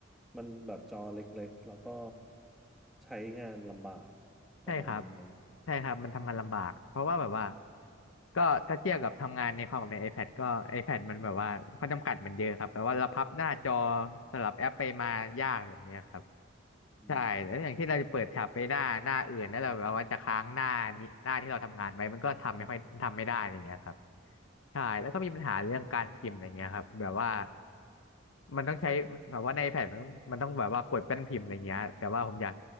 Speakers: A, in the centre; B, on the left.
A: มันแบบจอเล็กๆแล้วก็ใช้งานลำบากประมาณนี้ไหม
B: ใช่ครับ ใช่ครับ มันทำงานลำบาก เพราะว่าแบบว่าก็ถ้าเทียบกับทำงานในคอมกับใน iPad ก็ iPad มันแบบว่าข้อจำกัดมันเยอะครับแปลว่าเราพับหน้าจอสลับแอปไปมายากอย่างเนี้ยครับ
A: อืม
B: ใช่แล้วอย่างที่เราจะเปิดแท็บไปหน้าหน้าอื่นแล้วเราแบบว่าจะค้างหน้านี้หน้าที่เราทำงานไว้มันก็ทำไม่ค่อยทำไม่ได้อะไรอย่างเงี้ยครับใช่แล้วก็มีปัญหาเรื่องการพิมพ์อะไรเงี้ยครับแบบว่ามันต้องใช้แบบว่าในแผ่นมันมันต้องแบบว่ากดแป้นพิมพ์อะไรเงี้ยแต่ว่าผมอยาก